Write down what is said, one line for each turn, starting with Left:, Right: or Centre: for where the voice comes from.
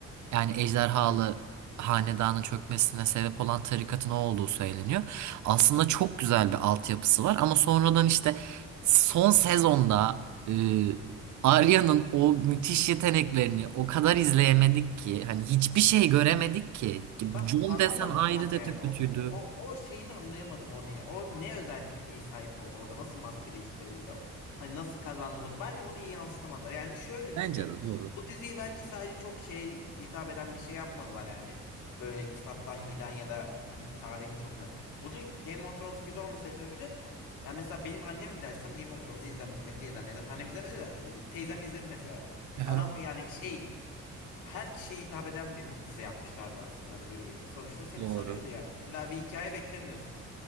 Right: Yani ejderhalı
Left: Hı hı.
Right: hanedanın çökmesine sebep olan tarikatın o olduğu söyleniyor. Aslında çok güzel bir altyapısı var ama sonradan işte son sezonda e, Arya'nın o müthiş yeteneklerini o kadar izleyemedik ki hani hiçbir şey göremedik ki.
Left: Ben
Right: Jon
Left: anlamadım
Right: desen ayrı
Left: kanka
Right: da
Left: yani
Right: kötüydü.
Left: o o, o şeyini anlayamadım o niye. O ne özelliği sahip oldu orada nasıl maske değiştirebiliyor? Hani nasıl kazandı bunu? Bence bunu iyi yansıtamadı. Yani şöyle
Right: Bence
Left: düşünüyorum.
Right: de doğru.
Left: Bu diziyi bence sadece çok şey hitap eden bir şey yapmadılar yani. Böyle kitaptan giden ya da hani tarihini çok bilen. Bunu Game of Thrones güzel olma sebebi yani mesela benim annemi bile açsam Game of Thrones'u izler mesela benim teyzem izler. Annem izlemedi de e, teyzem izledi mesela.
Right: Aha.
Left: Adam yani şey her kişiye hitap eden bir dizi yapmışlardı aslında. Hani böyle bir sonuçta seni
Right: Doğru.
Left: sarıyordu yani. İlla bir hikaye beklemiyorsun.